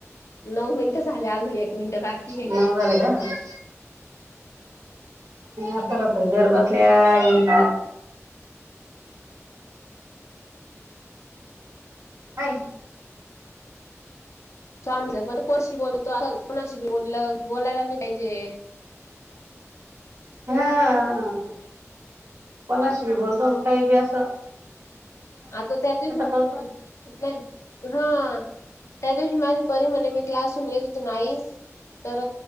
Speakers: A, on the left; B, on the right.
A: नऊ मिनिट झाले अजून एक मिनिट बाकी
B: नऊ
A: हे
B: झाले का <unintelligible> खत घर बसल्या यंद हा
A: स्वामी पण कोणशी बोलतोता कोणाशी बी बोललं बोलायला नाही पाहिजे
B: हा पण असवी बोलतो काय ब असस
A: आता त्याध नाही
B: करतो
A: हा त्या दिवशी माझी परी म्हणे मी क्लासून येत होती न आई तर